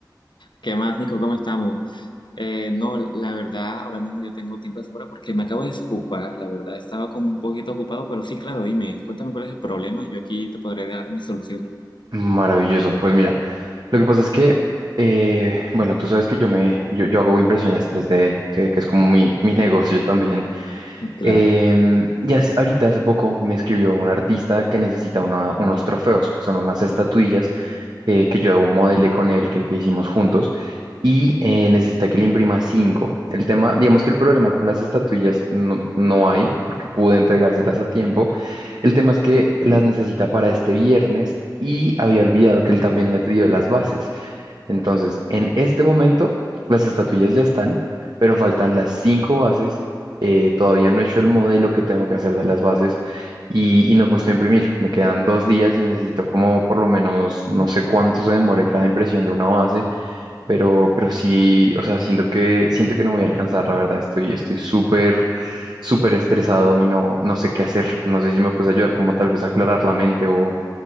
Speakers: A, on the left; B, on the right.
A: ¿Qué más, Nico? ¿Cómo estamos? Eh, no, la verdad, ahora mismo yo tengo tiempo de sobra porque me acabo de desocupar. La verdad, estaba como un poquito ocupado, pero sí, claro, dime, cuéntame cuál es el problema y yo aquí te podré dar mis soluciones.
B: Maravilloso. Pues mira, lo que pasa es que, eh, bueno, tú sabes que yo me, yo, yo hago impresiones 3D, que, que es como mi, mi negocio también.
A: Claro,
B: Em, y hace- ahorita hace poco me escribió un artista que necesita una- unos trofeos, son unas estatuillas eh, que yo modelé con él, que, que hicimos juntos, y eh, necesita que le imprima cinco. El tema, digamos que el problema con las estatuillas no, no hay, porque pude entregárselas a tiempo. El tema es que
A: claro.
B: las necesita para este viernes y había olvidado que él también me pidió las bases. Entonces, en este momento, las estatuillas ya están, pero faltan las cinco bases eh, todavía no he hecho el modelo que tengo que hacer de las bases y, y no he puesto a imprimir. Me quedan dos días y necesito como por lo menos, no sé cuánto se demore cada impresión de una base, pero, pero sí, o sea, siento que, siento que no voy a alcanzar, la verdad, estoy, estoy súper, súper estresado y no, no sé qué hacer. No sé si me puedes ayudar como tal vez a aclarar la mente o,